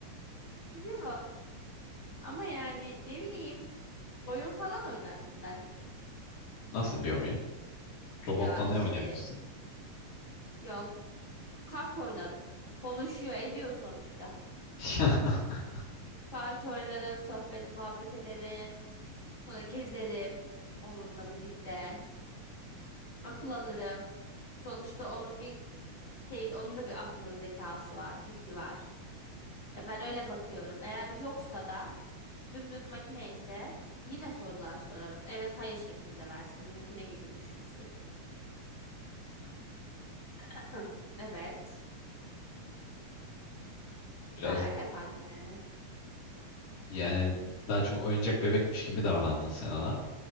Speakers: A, on the left (about 35°); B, on the left (about 80°).
A: yo ama yani ne bileyim oyun falan oynardım ben.
B: Nasıl bir oyun? Robotla
A: Ya işte
B: ne oynayabilirsin?
A: ya kart oynarım. Konuşuyor ediyor sonuçta.
B: <laughs>
A: Kart oynarım, sohbet, muhabbet ederim. Sonra gezerim onunla birlikte. Akıl alırım. Sonuçta onun bir şey, onun da bir aklı zekası var, fikri var. Ya ben öyle bakıyorum. Eğer yoksa da dümdüz makine ise yine sorular sorarım. Evet, hayır şeklinde versin. Makine gibi düşünsün.
B: Hmm.
A: Ahem, Evet.
B: Biraz
A: Ben öyle yapardım yani.
B: yani daha çok oyuncak bebekmiş gibi davrandın sen ona.